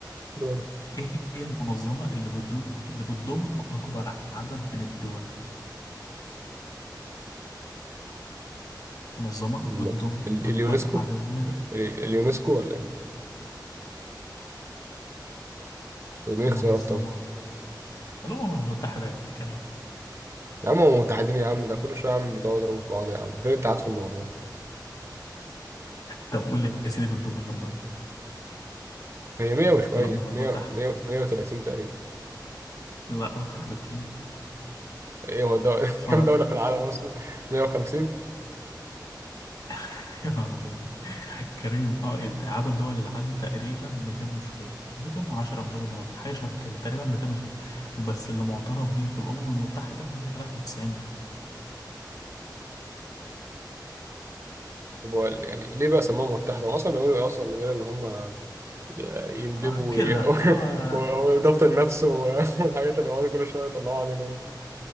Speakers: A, on the right (about 35°); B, on the left (about 55°).
A: دور
B: إيه هي المنظمة اللي بتضم اللي بتضم أكبر عدد من الدول؟ منظمة
A: ال-
B: بتضم
A: ال-
B: أكبر
A: اليونسكو
B: عدد من الدول
A: ال- اليونسكو ولا ايه؟ طب اديني
B: منظمة
A: اختيارات طيب
B: الأمم المتحدة يا كريم
A: يا عم هم متحدين يا عم ده كل شويه يا عم بتقعدوا يضربوا في بعض يا عم فين الاتحاد في الموضوع؟
B: طب قول لي يا سيدي بتضم كام دولة؟
A: هي 100 وشويه
B: الأمم المتحدة
A: 100 100 130 تقريبا
B: لا أكتر بكتير
A: ايه هو الدولة
B: سمعت
A: <laughs> كام دولة
B: عن-
A: في العالم اصلا؟ 150
B: <laughs> يا نهار أبيض كريم أه إيه ده عدد دول العالم تقريبا 200 وشوية 210 213 حاجة شبه كده تقريبا 206 بس اللي معترف بيه في الأمم المتحدة 193 دولة
A: طب هو يعني ليه بقى سموها متحدة؟ هم أصلا بيعملوا إيه أصلا من غير إن هم ي- يندبوا
B: آه كده
A: وي- <laughs>
B: لا
A: و- وإدارة النفس و- <laughs> والحاجات اللي بيقعدوا كل شوية يطلعوا علينا دي؟